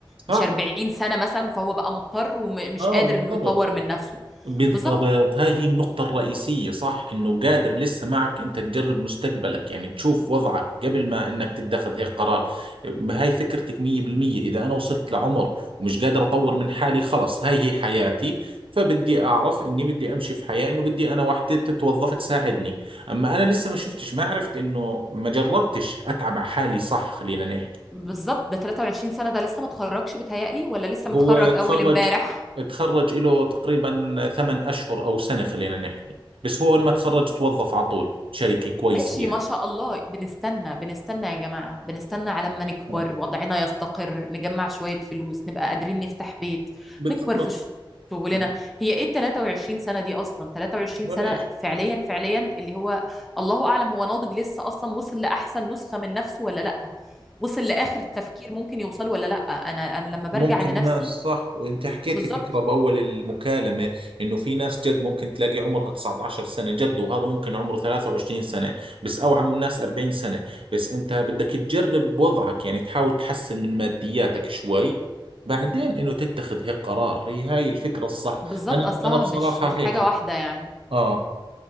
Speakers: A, on the right (about 80°); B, in the centre.
A: صح
B: مش 40 سنه مثلا فهو بقى مضطر ومش
A: اه
B: قادر
A: بالضبط
B: انه يطور من نفسه
A: بالضبط
B: بالظبط
A: هاي هي النقطة الرئيسية صح إنه قادر لسه معك أنت تجرب مستقبلك يعني تشوف وضعك قبل ما إنك تتخذ هيك قرار هاي فكرتك مية بالمية إذا أنا وصلت لعمر ومش قادر أطور من حالي خلص هاي هي حياتي فبدي أعرف إني بدي أمشي في حياة إنه بدي أنا وحدة تتوظف تساعدني أما أنا لسه ما شفتش ما عرفت إنه ما جربتش أتعب على حالي صح خلينا نحكي
B: بالظبط ده 23 سنه ده لسه متخرجش بتهيألي ولا لسه متخرج
A: هو تخرج
B: اول امبارح
A: تخرج له تقريبا ثمان أشهر أو سنة خلينا نحكي بس هو لما تخرج توظف على طول شركة كويسة
B: ماشي
A: يعني
B: ما شاء الله بنستنى بنستنى يا جماعة بنستنى على ما نكبر
A: آه.
B: وضعنا يستقر نجمع شوية فلوس نبقى قادرين نفتح بيت
A: بالضبط
B: نكبر في ش- شغلنا
A: يعني
B: هي ايه ال 23 سنة دي اصلا 23
A: ولا
B: سنة
A: إيش
B: فعليا فعليا اللي هو الله اعلم هو ناضج لسه اصلا وصل لاحسن نسخة من نفسه ولا لا وصل لاخر تفكير ممكن يوصل ولا لا انا انا لما برجع
A: ممكن
B: لنفسي
A: ناس صح انت حكيتي
B: بالظبط
A: فكرة بأول المكالمة انه في ناس جد ممكن تلاقي عمرها 19 سنة جد وهذا ممكن عمره 23 سنة بس او عم ناس 40 سنة بس انت بدك تجرب وضعك يعني تحاول تحسن من مادياتك شوي بعدين انه تتخذ هيك قرار هي هاي الفكرة الصح
B: بالظبط
A: انا
B: اصلها
A: انا بصراحة
B: مش مش
A: هيك
B: حاجة واحدة يعني
A: اه